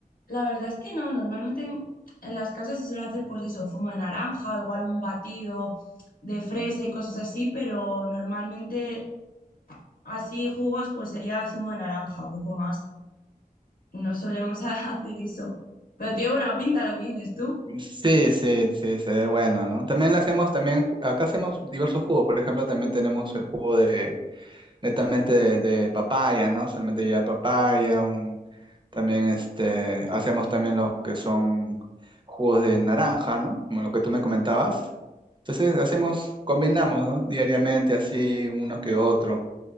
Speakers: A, on the left; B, on the right.
A: La verdad es que no, normalmente en, en las casas se suele hacer pues eso, zumo de naranja, igual un batido de fresa y cosas así, pero normalmente así jugos pues sería zumo de naranja, poco más. No solemos <laughs> hacer eso, pero tiene buena pinta lo que dices tú.
B: Sí, sí, sí, se ve bueno, ¿no? También le hacemos, también, ju- acá hacemos diversos jugos. Por ejemplo, también tenemos el jugo de netamente de, de papaya, ¿no? Solamente lleva papaya, un, también este, hacemos también los que son jugos de naranja, ¿no? Como lo que tú me comentabas. Entonces hacemos, combinamos, ¿no? Diariamente así, uno que otro.